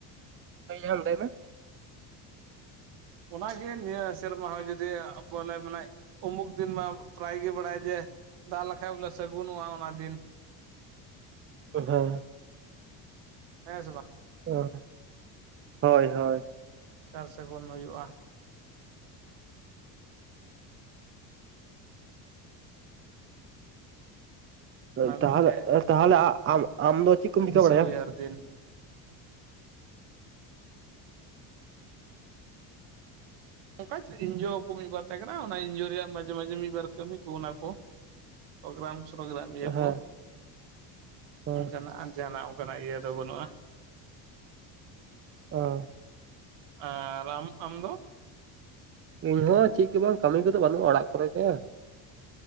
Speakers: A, on the right; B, on the right.
A: <inaudible> ᱞᱟᱹᱭ ᱢᱮ᱾
B: ᱚᱱᱟᱜᱮ ᱱᱤᱭᱟᱹ ᱥᱮᱨᱢᱟ ᱦᱚᱸ ᱡᱩᱫᱤ ᱵᱚᱞᱮ ᱢᱟᱱᱮ ᱩᱢᱩᱠ ᱫᱤᱱ ᱢᱟ ᱯᱨᱟᱭ ᱜᱮ ᱵᱟᱲᱟᱭᱟ ᱡᱮ ᱫᱟᱜ ᱞᱮᱠᱷᱟᱡ ᱵᱚᱞᱮ ᱥᱟᱹᱜᱩᱱᱚᱜᱼᱟ ᱚᱱᱟ ᱫᱤᱱ᱾
A: ᱦᱮᱸ,
B: ᱦᱮᱸ ᱥᱮ ᱵᱟᱝ?
A: ᱚ ᱦᱳᱭ ᱦᱳᱭ᱾
B: ᱥᱟᱨ ᱥᱟᱹᱜᱩᱱ ᱦᱩᱭᱩᱜᱼᱟ᱾
A: ᱚ
B: ᱚᱱᱟ
A: ᱛᱟᱦᱚᱞᱮ
B: ᱢᱤᱫᱴᱮᱡ
A: ᱚ ᱛᱟᱦᱮ ᱟ ᱟᱢ ᱫᱚ ᱪᱮᱫ ᱠᱚᱢ ᱪᱤᱠᱟᱹ
B: ᱫᱤᱥᱟᱹ
A: ᱵᱟᱲᱟᱭᱟ?
B: ᱦᱩᱭᱩᱜᱼᱟ ᱟᱨ ᱫᱤᱱ
A: <inaudible>
B: ᱚᱝᱠᱟ ᱮᱱᱡᱤᱭᱳ ᱠᱚ ᱢᱤᱫ ᱵᱟᱨ ᱛᱟᱦᱮᱸ ᱠᱟᱱᱟ ᱚᱱᱟ ᱮᱱᱡᱤᱭᱳ ᱨᱮᱭᱟᱜ ᱢᱟᱡᱷᱮ ᱢᱟᱡᱷᱮ ᱢᱤᱫ ᱵᱟᱨ ᱠᱟᱹᱢᱤ ᱠᱚ ᱚᱱᱟ ᱠᱚ ᱯᱨᱳᱜᱨᱟᱢ ᱥᱨᱳᱜᱨᱟᱢ ᱱᱤᱭᱟᱹ
A: ᱦᱮᱸ
B: ᱠᱚ
A: ᱦᱮᱸ
B: ᱚᱝᱠᱟᱱᱟᱜ ᱟᱨ ᱡᱟᱦᱟᱸᱱᱟᱜ ᱚᱜᱠᱟᱱᱟᱜ ᱤᱭᱟᱹ ᱫᱚ ᱵᱟᱹᱱᱩᱜᱼᱟ᱾
A: ᱚ᱾
B: ᱟᱨ ᱟᱢ ᱟᱢ ᱫᱚ?
A: ᱤᱧᱦᱚ ᱪᱮᱫ ᱜᱮ ᱵᱟᱝ ᱠᱟᱹᱢᱤ ᱠᱚᱫᱚ ᱵᱟᱹᱱᱩᱜᱼᱟ ᱚᱲᱟᱜ ᱠᱚᱨᱮ ᱜᱮ᱾